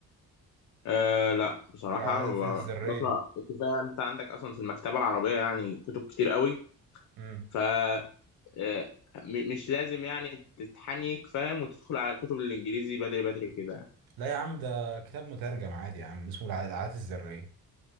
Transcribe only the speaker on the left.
أه لا بصراحة
ب-
بقرأ كفاية أنت عندك أصلا في المكتبة العربية يعني كتب كتير قوي
ف أه، م- مش لازم يعني تتحنيك فاهم وتدخل على الكتب الإنجليزي بدري بدري كده